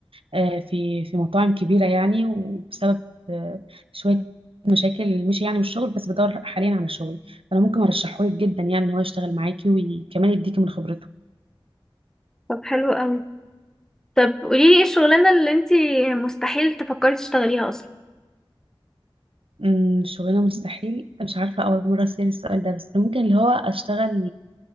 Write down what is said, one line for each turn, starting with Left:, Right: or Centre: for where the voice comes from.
Right: آه، في في مطاعم كبيرة يعني وبسبب آه، شوية مشاكل مشي يعني من الشغل بس بدور حاليا على شغل فانا ممكن ارشحهولك جدا يعني ان هو يشتغل معاكي وكمان يديكي من خبرته
Centre: طب حلو قوي طب قوليلي ايه الشغلانة اللي انتي مستحيل تفكري تشتغليها اصلا
Right: امم شغلانة مستحيل مش عارفة أول مرة أسأل السؤال ده بس ممكن اللي هو أشتغل